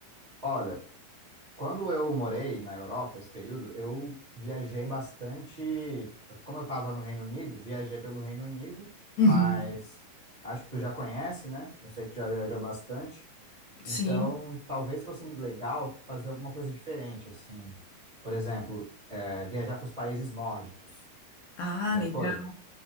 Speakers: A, on the right; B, on the left.
A: Olha, quando eu morei na Europa, esse período, eu viajei bastante. Como eu estava no Reino Unido, viajei pelo Reino Unido,
B: Uhum.
A: mas acho que tu já conhece, né? Eu sei que tu já viajou bastante.
B: Sim.
A: Então, talvez fosse legal tu fazer alguma coisa diferente, assim. Por exemplo, é, viajar para os países nórdicos.
B: Ah,
A: Tu já
B: legal.
A: foi?